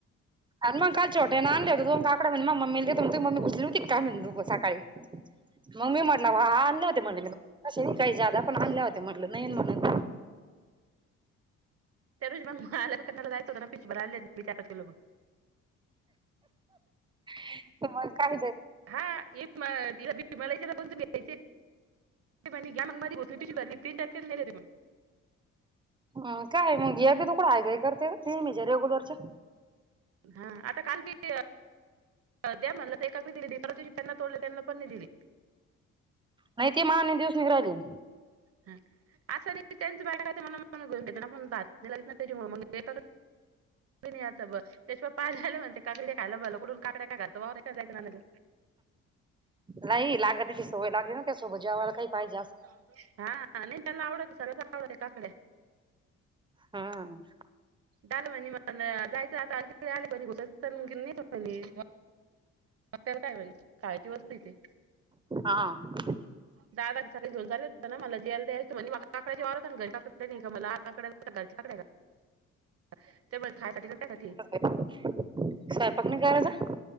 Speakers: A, on the right; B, on the right.
A: आणि मग काल छट्या ना आण होत्या काकड म्हण म् म मग म्मील का सकाळी. मग मी म्हटला हा आणले होते म्हटले मी काही जादा पण आणल्या होते म्हटलं नाही म्हण.
B: त्या रोजी मग आल्याप कनाला जायच होता ना पिच बर आले बचार पाच लो ब.
A: तुम्हाला काय दे
B: हािला मलाच्याण तुम् घ्यायचे <unintelligible> ते घ मग म होतली तझी भरली प्रंर केले तरी मग <inaudible>
A: अ काय मग या बी तकडं आहे काय करते हेजे रेग्युलरच्या.
B: हा आता काल बी द्या म्हणलं तर एकाकडे दिली दिवशी पना तोडले त्यांना पण नाही दिली.
A: नाही ते मा दिवस निघराहिले.
B: हा असं र त्यांच बायण ना त्याच्या एका <inaudible> नाही आता बघ त्याच्या पाय झालं म्हणते काकडी खायला बला ककडून काकड्या काय घर वाय जायं ना आणायचं.
A: नाही लागत तची सवय लागली ना. त्यासोबत जेवायला
B: हा
A: काही पाहिजे अस
B: नाही त्याला आवडते सर्वच आवडते, काकड्या
A: हम्.
B: झालं म्हने म जायचं आता एक आले कणी <unintelligible> त्याला काय बाई म्हने काळजी वाटते तेची
A: हा व.
B: दादा. सारे जेवून झालेत ना मला जेवायला द्यायच म्हने मग काकड्या जेवायलाच आन घरी <unintelligible> ग मला आकाकडे घरच्या सकाळी काकडे आहे का? ते मग खायासाठी का त्यासाठी
A: सैपाक नाई कराचा.